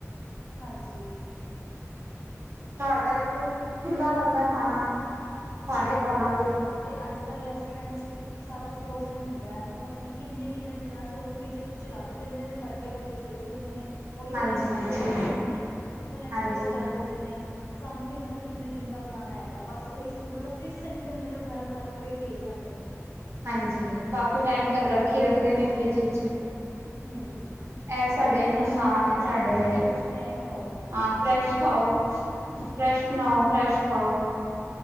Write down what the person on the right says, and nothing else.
ਘਰ ਦਾ ਦੇਖੋ ਖੁੱਲਾ ਬਨਦਾ ਖਾਣਾ। ਸਾਰੇ
ਖਾ ਲਾਂਗੇ
ਹਾਂਜੀ
ਹਾਂਜੀ
ਹਾਂਜੀ
ਹਾਂਜੀ, ਕਾਫੀ ਟਾਈਮ ਤੱਕ ਰੱਖੀ ਰੱਖਦੇ ਨੇ ਫਰਿੱਜ ਈੱਚ।
ਐ ਸਾਡੇ ਨੁਕਸਾਨ
ਏ, ਸਾਡੇ
ਲਈ।
ਹਾਂ, ਫਰੈਸ਼ ਖਾਓ, ਫਰੈਸ਼ ਬਣਾਓ, ਫਰੈਸ਼ ਖਾਓ।